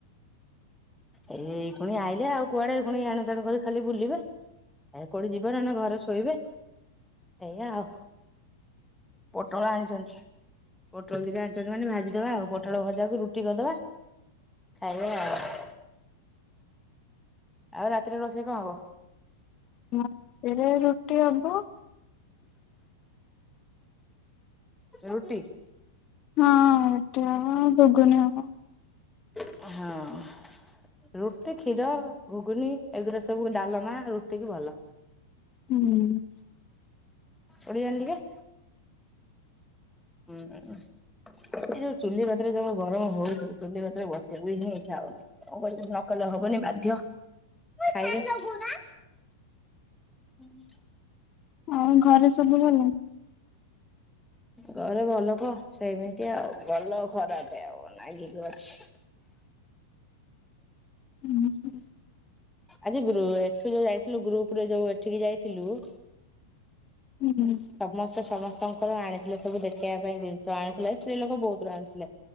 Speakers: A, in the centre; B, on the left.
A: ଏଇ ପୁଣି ଆଇିଲେ ଆଉ କୁଆଡେ ପୁଣି ଏଣୁ ତେଣୁ କରି ଖାଲି ବୁଲିବେ ଆ କୋଉଠି ଯିବେ ନନେ ଘରେ ଶୋଇବେ ଏଇଆା ଆଉ। ପୋଟଳ ଆଣିଚନ୍ତି। ପୋଟଳ ଦିଟା ଆଣିଚନ୍ତି ମାନ ଭାଜିଦବା ଆଉ ପୋଟଳ ଭଜାକୁ ରୁଟି କରିଦବା। ଆଜ୍ଞା। ଆଉ ରାତିରେ ରୋଷେଇ କଣ ହବ?
B: ମୋ ରାତିରେ ରୁଟି ହବ।
A: ରୁଟି?
B: ହଁ ରୁଟି ହବ ଗୁଗୁନି ହବ।
A: ଏ ହଁ। ରୁଟି, କ୍ଷୀର, ଗୁଗୁନି ଏଗୁଡା ସବୁ ଡାଲମା ରୁଟିିକି ଭଲ।
B: ହୁଁ।
A: ଉଡିଆଣ୍ ଟିକେ। ହୁଁ ଉଁ। ଏଇ ଯଉ ଚୁଲି କତିରେ ଯଉ ଗରମ ହଉଛି ଚୁଲି କତିରେ ବସିବାକୁହି ଇଛା ହଉନି। କଣ କରିବି ନକଲେ ହବନି ବାଧ୍ୟ୍ୟ ଖାଇଲେ ହୁଁ।
B: ଆଉ ଘରେ ସବୁ ଭଲ?
A: ଘରେ ଭଲ କହ ସେମିତି ଆଉ ଭଲ ଖରାପେ ଆଉ ନାଗିକି ଅଛି।
B: ଉଁ ହୁଁ।
A: ଆଜି ଗ୍ରୁ ଏଠୁ ଯୋଉ ଯାଇଥିଲୁ ଗ୍ରୁପ୍ ରେ ଯଉ ଏଠିକି ଯାଇଥିଲୁ
B: ହୁଁ
A: ସମ୍ପ୍ ସମସ୍ତେ ସମସ୍ତଙ୍କର ଆଣିଥିଲେ ସବୁ ଦେଖେଇବା ପାଇଁ ଜିନ୍ଷ ଆଣିଥିଲେ ସ୍ତ୍ରୀ ଲୋକ ବହୁତୁ ର ଆଣିଥିଲେ।